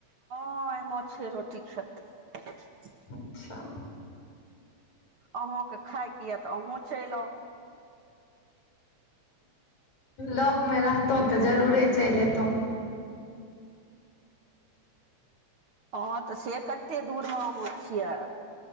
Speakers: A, on the right (about 50°); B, on the left (about 75°).
A: हँ मछ रोटी खैतय
B: अच्छा
A: अहूँके खायके ये तऽ अहूँ चलि आउ
B: लग में
A: आउ
B: रहतहुँ तऽ जरूरे चलि एतहुँ
A: हँ तऽ से कते दूर में अहाँ छियै